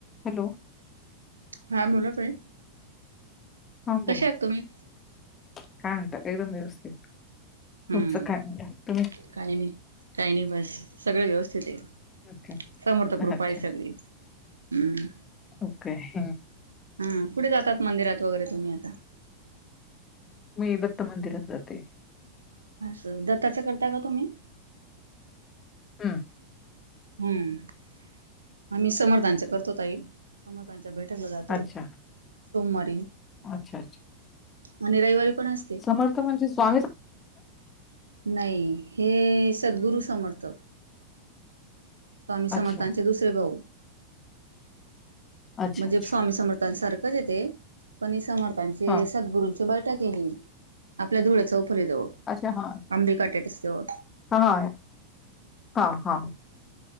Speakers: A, on the left; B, on the right.
A: हॅलो!
B: हा बोला ताई,
A: हा बोला
B: कशा आहेत तुम्ही?
A: काय म्हणताय? एकदम व्यवस्थित,
B: हम्म
A: तुमचं काय म्हणताय?
B: काही नाही, काही नाही बस सगळं व्यवस्थित आहे.
A: ओके
B: समर्थकृपा
A: अच्छा
B: आहे सगळीच, हम्म.
A: ओके हम्म.
B: हम्म, कुठे जातात मंदिरात वगैरे तुम्ही आता?
A: मी दत्त मंदिरात जाते.
B: असं दत्ताचं करता का तुम्ही
A: हम्म
B: हम्म आम्ही समर्थांच करतो ताईं समर्थांच त्या बैठकला जातो
A: अच्छा
B: सोमवारी
A: अच्छा अच्छा
B: आणि रविवारी पण असतय.
A: समर्थ म्हणजे स्वामी
B: नाही हे सदगुरु समर्थ स्वामी समर्थांचे
A: अच्छा
B: दुसरे भाऊ
A: अच्छा
B: म्हणजे
A: अच्छा
B: स्वामी समर्थांसारखंच आहे ते पण समर्थांचे
A: हा
B: सदगुरु बैठक केली आपल्या धुळ्या चौ खरी जवळ
A: अच्छा हा
B: आंबे काटाटीस जवळ
A: हा हा हा हा